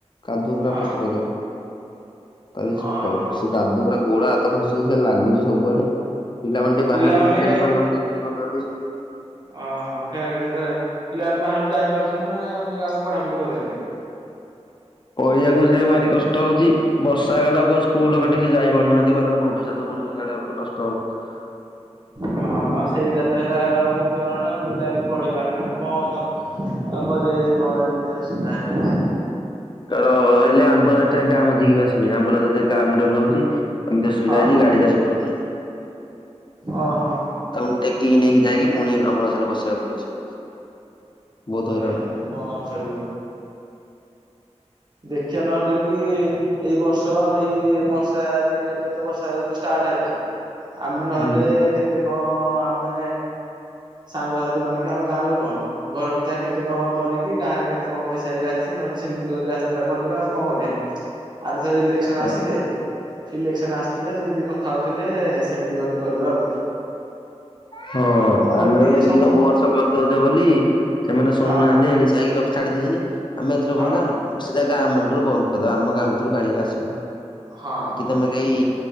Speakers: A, on the left; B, on the right.
A: କାଦୁଅ ପୁରା
B: ହଁ।
A: ପଚ୍ ପଚ୍ କାଲି
B: ଓହୋ
A: ସକାଳୁ ସୁ କାଦୁଅ ଗୁରା ଗୋଡ ହାତ ଖସୁଛି ସେ ଲାଗୁଛି ସବୁଆଡେ ପିଲାମାନେ ଟିକେ
B: ପିଲାମାନେ
A: ବାହାରେ ବି ଖେଳି ପାରୁନାହାନ୍ତି ବୁଲି। କରୁ ନାହାନ୍ତି।
B: ଓହୋ ଖେଳାଖେଳିରେ ପିଲାମାନେ ବାହାରକୁ ଯାଇ ପାରୁଛନ୍ତି ନାଁ ନାଇଁ ଅନ୍ୟ ଗାଁକୁ ପଢାପଢି କରିବା ପାଇଁ?
A: ପଢିବାକୁ ଯିବାଭାରି କଷ୍ଟ ହଉଛି ବର୍ଷା ହେଲାରୁ ସ୍କୁଲ ଟିକ ସେ ଯାଇପାରୁନାହାନ୍ତୀ ତାଙ୍କ ଭବିଷ୍ୟତ ଧୂମଧାଡାକ ନଷ୍ଟ ହବ <unintelligible>
B: ହଁ ସେଇଟା ତ ହେଲା ମୁଖ୍ୟ ନାଁ ଆଉ ପିଲା ବୋଲି ପଢି ପାରୁନାହାନ୍ତି କଣ କରି ଆଉ କରିବା ବି କଣ? ଏମିତି ଅସୁବିଧା ହେଲେ ଏବେ।
A: ଜର ହେଲେ ଆମ୍ବୁଲାନ୍ସ ଟା ଗାଁ ମଝିକୁ ବି ଆସୁନି ଆମ୍ବୁଲାନ୍ସ ଯାଇକି ଗାଁ ମୁଣ୍ଡରେ ରହୁଛି। ଏମିତି ଅସୁବିଧା
B: ହଁ।
A: ହେଇଛି ଗାଡି ଯାଇପାରୁନି।
B: ଅ ହଁ।
A: ତା ଟେକିକି ନେଇକି ଯାଇକି ପୁଣି ଆମ୍ବୁଲାନ୍ସ ରେ ବସେଇବାକୁ ପଡୁଛି। ବହୁତ ହଇରାଣ
B: ଏ ହେଁ କଣ କରିବୁ ଦେଖିବା ନହେଲେ କି ଏଇ ବର୍ଷ ଏଇ ବର୍ଷା ଟିକେ ଏବେ ତ ବର୍ଷା ତ ଷ୍ଟାର୍ଟ ହେଲା। ଆମେ ନହେଲେ
A: ହୁଁ।
B: କେତେ କେତେ କଣ ଆମେ ସାଙ୍ଗସାଥି ମାନେକି ଆମ ଗାଁ ଲୋକ ଘର ପିଛା କେତେ କେତେ କଣ କରିକି ଗାଁ ରେ କେତେ କଣ ପଇସାରିକା ଅଛି ନହେଲେ ସେମିତି କରି ରାସ୍ତାଟା କରିବା ଆଉ କଣ କରିବା? ଆରଥର ଇଲେକ୍ସନ
A: ହଁ
B: ଆସିଲେ। ଇଲେକ୍ସନ ଆସିଥିଲେ ଯେମିତି କଥା ହଉଥିଲେ ସେମିତି କରିକି କରିବା ଆଉଁ।
A: ହଁ ଆମେ
B: ବାକି
A: ନହେଲେ ମିଶିକି
B: ସମ
A: ସବୁ ସପୋଟ ଦଉଛ ବୋଲି ସେମାନେ ଶୁଣୁନାହାନ୍ତି।
B: ହଁ
A: ହେଳିଚେଇଁ ଛାଇ ରଖି କାଢ଼ିଦଉଛନ୍ତି ଆମେ ଏଥରକ
B: ହଁ
A: ନାଁ <unintelligible> ସିଧା ଗାଁ ମୁଣ୍ଡରୁ ବନ୍ଦକରିଦବା ଆମ ଗାଁ ଭିତରୁ ଗାଡିି ଏକା ଆସିବନି।
B: ହଁ।
A: ତେମେ କେହି